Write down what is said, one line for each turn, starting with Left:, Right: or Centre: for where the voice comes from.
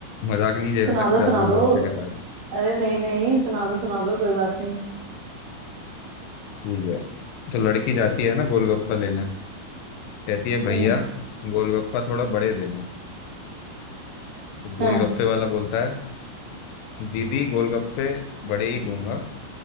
Left: मजाक नहीं झेल
Right: सुना
Left: सकते
Right: दो
Left: आप
Right: सुना
Left: गोलगप्पे
Right: दो
Left: के साथ
Right: अरे नहीं नहीं सुना दो सुना दो कोई बात नहीं
Left: ठीक है तो लड़की जाती है ना गोलगप्पा लेने कहती है भैया
Right: हम्म
Left: गोलगप्पा थोड़ा बड़े देना तो गोलगप्पे
Right: हाँ
Left: वाला बोलता है दीदी गोलगप्पे बड़े ही दूंगा